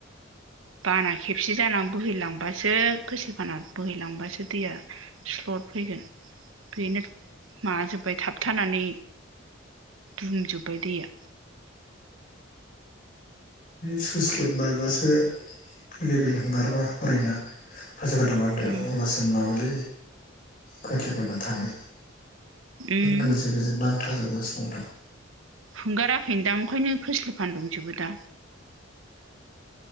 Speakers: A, on the right; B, on the left.
A: बाना खेबसे जानानै बोहैलांबासो खोसिलि फाना बोहैलांबासो दैया स्लद फैगोन बेनो माबाजोब्बाय थाबथानानै दुमजोब्बाय दैया
B: सुस गेट बायबासो लेबेल हंगारबा हरैना खासो खथ' मोनदों
A: उम
B: अब्लासिम मावै खथलिफोरनो थाङो
A: उम
B: गोजो गोजो नांथाजोबगासिनो दं
A: हगाराखै दां ओंखायनो खोस्लि फान दंजोबो दा